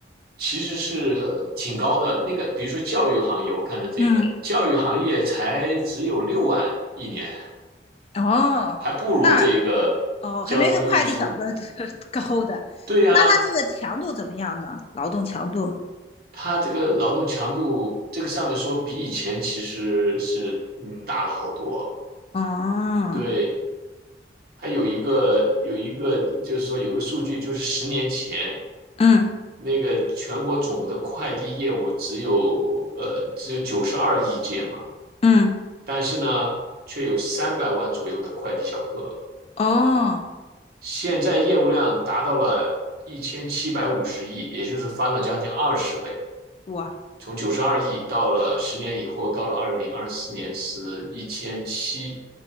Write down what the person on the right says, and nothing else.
其实是呃挺高的。那个比如说教育行业，我看的这个教育行业才只有六万一年，
还不如这个交通运输。
对呀，
它这个劳动强度这个上面说比以前其实是嗯大了好多。
对，还有一个有一个就是说有个数据，就是十年前
那个全国总的快递业务只有呃只有九十二亿件嘛，
但是呢，却有三百万左右的快递小哥，
现在业务量达到了一千七百五十亿，也就是翻了将近二十倍，
从九十二亿到了十年以后，到了二零二四年是一千七